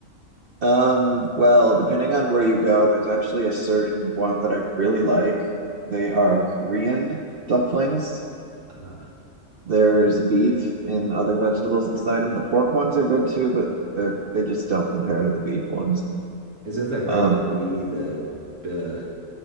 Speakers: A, on the right (about 50°); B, on the right (about 70°).
A: Um, well, depending on where you go, there's actually a certain one that I really like. They are Korean dumplings.
B: Uh,
A: There's beef and other vegetables inside them. The pork ones are good too, but they're they just don't compare to the beef ones.
B: is that that brand
A: Um,
B: with the B, the, the,